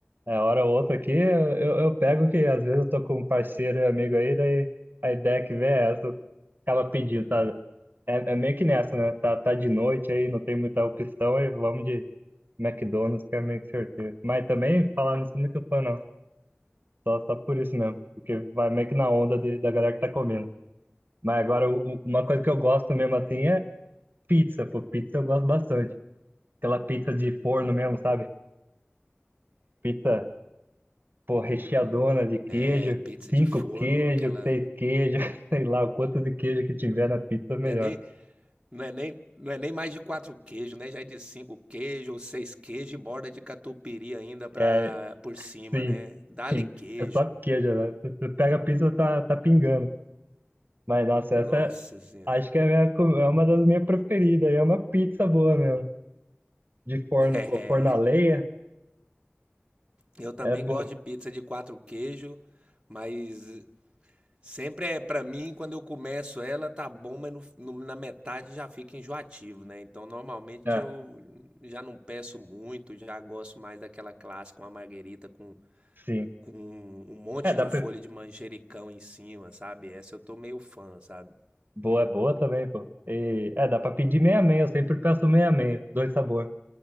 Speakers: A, on the right; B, on the right.
A: É, hora ou outra aqui, eu, eu eu pego que às vezes eu tô com um parceiro e amigo aí, daí a ideia que vem é essa, acaba pedindo, tá? É, é meio que nessa, né? Tá, tá de noite aí, não tem muita opção, aí vamos de McDonald's, que é meio que sorteio. Mas também, falar, não sou muito fã, não. Só, só por isso mesmo, porque vai meio que na onda de- da galera que tá comendo. Mas agora, o- o- uma coisa que eu gosto mesmo assim é pizza, pô, pizza eu gosto bastante. Aquela pizza de forno mesmo, sabe? Pizza pô, recheadona de queijo,
B: É pizza
A: cinco
B: de forno,
A: queijos,
B: aquela.
A: seis queijos, <laughs> sei lá, o quanto de queijo que tiver na pizza, melhor.
B: Não é nem, não é nem, não é nem mais de quatro queijos, né? Já é de cinco queijos ou seis queijos e borda de catupiry ainda pra,
A: É,
B: por cima,
A: sim,
B: né? Dá-lhe
A: sim.
B: queijo.
A: É só queijo, né? Se você pega a pizza, tá, tá pingando. Mas, nossa,
B: Nossa
A: essa é-
B: Senhora.
A: acho que é, a minha co- é uma das minhas preferidas. e É uma pizza boa mesmo. De forno,
B: <laughs> É.
A: pô. Forno a lenha
B: Eu também
A: é bom
B: gosto de pizza de quatro queijos, mas sempre é pra mim, quando eu começo ela, tá bom, mas no- no- na metade já fica enjoativo, né? Então normalmente
A: É,
B: eu já não peço muito, já gosto mais daquela clássica, uma marguerita com
A: sim.
B: com um monte
A: É, dá
B: de folha
A: pra.
B: de manjericão em cima, sabe? Essa eu tô meio fã, sabe?
A: Boa, é boa também, pô. E, é, dá pra pedir meia-meia. Eu sempre peço meia-meia, dois sabores.